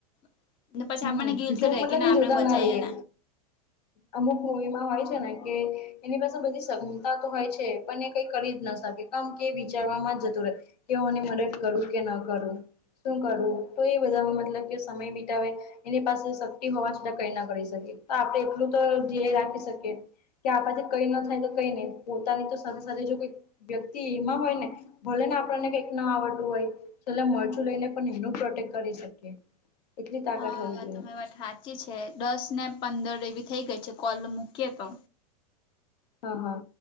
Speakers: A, on the left; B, on the left.
A: <inaudible>
B: હમમ.
A: આપણને ગિલ્ટ
B: જો
A: રહે
B: મતલબ કે
A: આપણે
B: જોતા
A: બચાઈએ
B: ના રહીએ. અમુક મૂવીમાં હોય છે ને કે એની પાસે બધી ક્ષમતા તો હોય છે પણ એ કઈ કરી જ ન શકે. પણ કે વિચારવામાં જતું રેય કે તેઓ ની મદદ કરું કે ન કરુ. શું કરવું તો એ બધા મતલબ કે સમય બિતાવેે એની પાસે શક્તિ હોવા છતાં કઈ ના કરી શકીએ તો આપણે એટલું તો ધ્યેય રાખી શકીએ કે આપડા થી કઈ ના થાય તો કય ની પોતાની તો સાથે સાથે જો કોઈ વ્યક્તિ એમાં હોય ને ભલે ને આપણને કંઈક ના આવડતું હોય છેલ્લે મરચું લઈને પણ એનું પ્રોટેક્ટ કરી શકીએ. એટલી તાકાત
A: હા
B: હોવી જોઈએ
A: તમારી વાત હાચી છે દસ ને પંદર એવી થઈ ગઈ છે કોલ મૂકીએ તો.
B: હા હા.